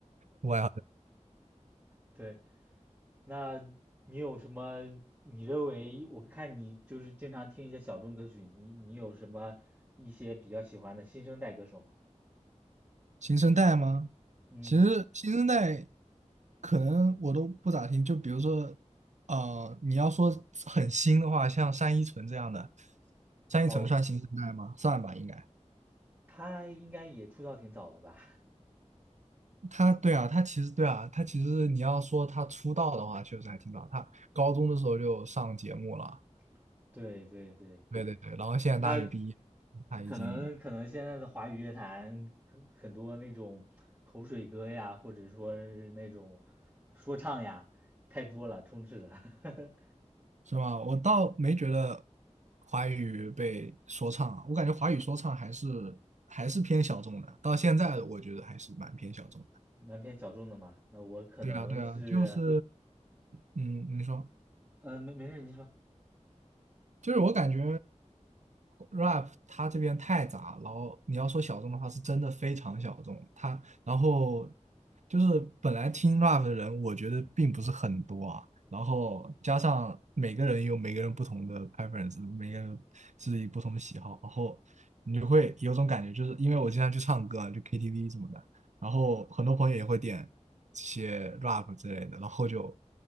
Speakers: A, on the right; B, on the right.
A: 外
B: 对，那你有什么？你认为我看你就是经常听一些小众歌曲，你你有什么一些比较喜欢的新生代歌手吗？
A: 新生代吗？
B: 嗯，
A: 其实新生代可能我都不咋听，就比如说，呃，你要说很新的话，像单依纯这样的，单依纯算新生代吗？
B: 哦，
A: 算吧，应该。
B: 他应该也出道挺早的吧？
A: 他对啊，他其实对啊，他其实你要说他出道的话，确实还挺早，他高中的时候就上节目了，
B: <laughs> 对对对，
A: 对对对，然后现在大学毕业，
B: 那
A: 他已经
B: 可能可能现在的华语乐坛很很多那种口水歌呀，或者说是那种说唱呀，太多了，充斥了，<laughs>
A: 是吧？我倒没觉得华语被说唱啊，我感觉华语说唱还是还是偏小众的，到现在我觉得还是蛮偏小众的。
B: 蛮偏小众的嘛。那我可能是，
A: 对啊，对啊，就是，嗯，你说，
B: 嗯，没没事，您说。
A: 就是我感觉 rap 它这边太杂，然后你要说小众的话，是真的非常小众。它然后就是本来听 rap 的人，我觉得并不是很多啊。然后加上每个人有每个人不同的 preference，每个人自己不同的喜好，然后你就会有种感觉，就是因为我经常去唱歌啊，就 KTV 什么的，然后很多朋友也会点一些 rap 之类的，然后就